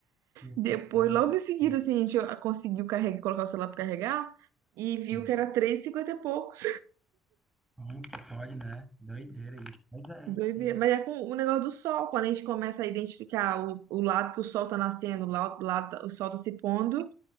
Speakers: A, in the centre; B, on the right.
A: que loucura.
B: depois, logo em seguida,
A: Sim,
B: assim, a gente conseguiu carregar, colocar o celular pra carregar e viu
A: sim.
B: que era três e cinquenta e poucos.
A: Como que pode, né? Doideira isso. Pois é,
B: Doideira.
A: tem.
B: Mas é com o negócio do sol, quando a gente começa a identificar o, o lado que o sol tá nascendo, o lado, o lado- tá- o sol tá se pondo,